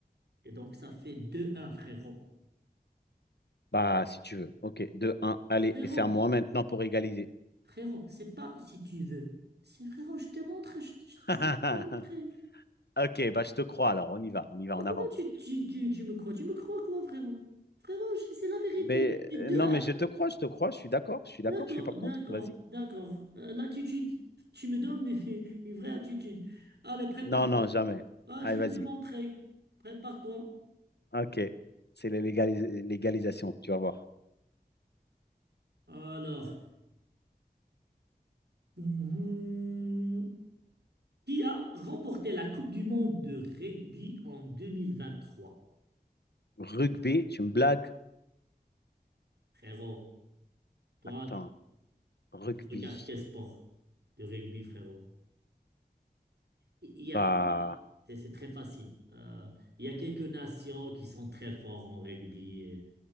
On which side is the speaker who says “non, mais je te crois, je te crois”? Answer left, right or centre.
Left